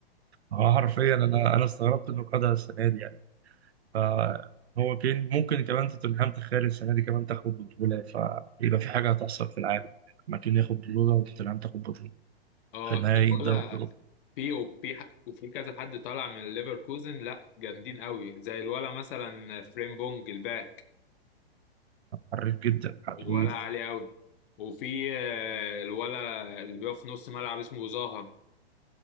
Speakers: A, on the right; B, on the left.
A: هو حرفيا انا انا استغربت انه خدها السنة دي يعني فهو كين ممكن كمان توتنهام تخيل السنة دي كمان تاخد بطولة فيبقى في حاجة هتحصل في العالم ما كين ياخد بطولة وتوتنهام تاخد بطولة
B: اه
A: في نهائي
B: الولا
A: الدوري الأوروبي
B: في وفي ح- وفي كذا حد طالع من ليفركوزن لا جامدين قوي زي الولا مثلا فريمبونج الباك
A: حريف جدا حريف
B: الولا عالي قوي وفي آه، الولا اللي بيقف في نص ملعب اسمه زاها